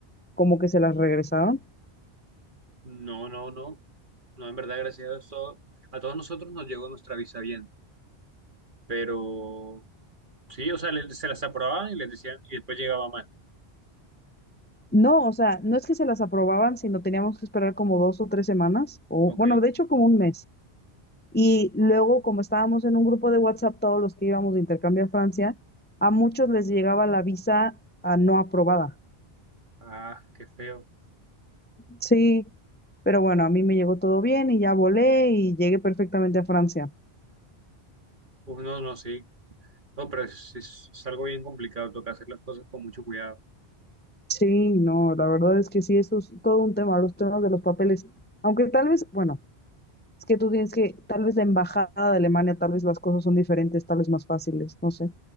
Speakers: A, on the left (about 15°); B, on the right (about 50°).
A: como que se las regresaron.
B: No, no, no. No, en verdad, gracias a Dios, todo- a todos nosotros nos llegó nuestra visa bien. Pero sí, o sea, le- se las aprobaban y les decían, y después llegaba mal.
A: No, o sea, no es que se las aprobaban, sino teníamos que esperar como dos o tres semanas, o
B: Ok.
A: bueno, de hecho como un mes. Y luego, como estábamos en un grupo de WhatsApp, todos los que íbamos de intercambio a Francia, a muchos les llegaba la visa ah, no aprobada.
B: Ah, qué feo.
A: Sí, pero bueno, a mí me llegó todo bien y ya volé y llegué perfectamente a Francia.
B: Uf, no, no, sí. No, pero es, es- es algo bien complicado, toca hacer las cosas con mucho cuidado.
A: Sí, no, la verdad es que sí, eso es todo un tema, los temas de los papeles. Aunque tal vez, bueno, es que tú tienes que, tal vez la embajada de Alemania, tal vez las cosas son diferentes, tal vez más fáciles, no sé.